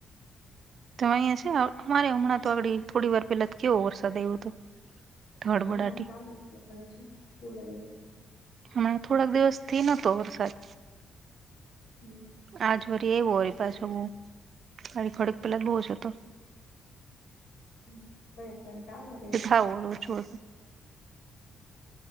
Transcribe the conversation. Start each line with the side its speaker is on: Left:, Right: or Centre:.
Right: તો અહીંયા છે અમારે હમણાં તો આગડી થોડી વાર પેલા કેવો વરસાદ આવ્યો હતો. ધડબડાટી
Left: એવું મારે ચાલુજ છે. તારે જો કોલ આઈવો.
Right: હમણા થોડાક દિવસથી નતો વરસાદ.
Left: હમ્મ
Right: આજ વરી એવું હોય પાસુ આની થોડીક પેલા બહુ જ ઓછો તો.
Left: હમ કોઈકઈ ક વાર એડા
Right: ું છુંું